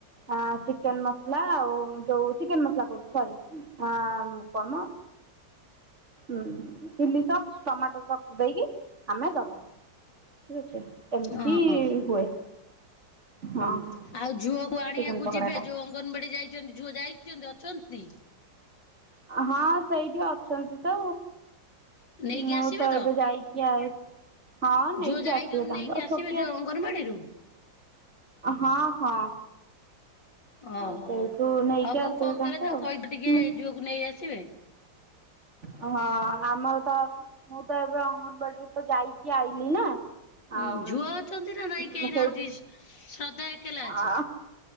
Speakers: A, on the right; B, on the left.
A: ଆଁ ଚିକେନ୍ ମ ଲା ଆଉ ଯୋଉ ଚିକେନ୍ ମସଲା କୋହୁଛି ସରି ଆ କଁ ମ ଉଁ ଚିଲି ସକ୍ସ ଟମାଟୋ ସକ୍ସ ଦେଇକି ଆମେ ଦବା। ଠିକ୍ ଅଛି ଏମ୍
B: ହଁ
A: ତି ହୁଏ।
B: ହୁଁ
A: ହଁ ହଁ
B: ଆଉ ଝୁଅକୁ ଆଣିବାକୁ
A: ଚିକେନ ପକୋଡା
B: ଯିବେ
A: ଟା
B: ଯୋଉ ଅଙ୍ଗନବାଡି ଯାଇଚନ୍ତି ଝୁଅ ଯାଇ ଦିଅନ୍ତି ଅଛନ୍ତି।
A: ହଁ ସେଇଠି ଅଛନ୍ତି ତ
B: ନେଇକି
A: ମୁଁ
B: ଆସିବେ
A: ତ ଏବେ ଯାଇକି ଆ ହଁ ନେଇକି
B: ଝୁଅ ଯାଇଛନ୍ତି
A: ଆସିବେ ତାଙ୍କୁ
B: ନେଇକି
A: ଆଉ
B: ଆସିବେ
A: ଛୋଟିଆ
B: ଯୋଉ
A: ଛୁ
B: ଅଙ୍ଗନବାଡିରୁ?
A: ହଁ ହଁ।
B: ଅ
A: ଆଉ
B: ହଉ
A: ସେଇଠୁ ନେଇକି
B: ବୋଉ
A: ଆସିବେ
B: କଉଥିଲେ
A: ତାଙ୍କୁ
B: ତ
A: ଆଉ।
B: କହିବ ଟିକେ
A: ମୁଁ
B: ଝୁଅକୁ ନେଇ ଆସିବେ।
A: ହଁ ଆମର ତ ମୁଁ ତ ଏବେ ଅଙ୍ଗନବାଡିରୁ ତ ଯାଇକି ଆଇଲିି ନା‌।
B: ଉଁ
A: ଆଉ
B: ଝୁଅ ଅଛନ୍ତି ନା ନାଇଁ କେହି
A: ମୁଁ ସେଇ
B: ନାହାନ୍ତି ଶ୍ରଦ୍ଧା ଏକେଲା ଅଛି।
A: ଆ